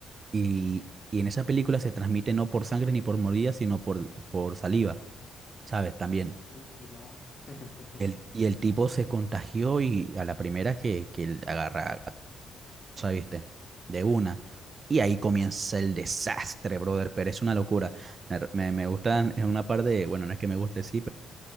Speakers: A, on the right (about 40°); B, on the left (about 40°).
A: Y, y en esa película se transmite no por sangre ni por mordida, sino por, por saliva, ¿sabes? También.
B: Uy, No. <laughs>
A: El, y el tipo se contagió y a la primera que, que él agarra, ¿sabes? ¿Viste? De una. Y ahí comienza el desastre, brother, pero es una locura. Me, me, me gustan es una parte, bueno, no es que me guste, sí, pero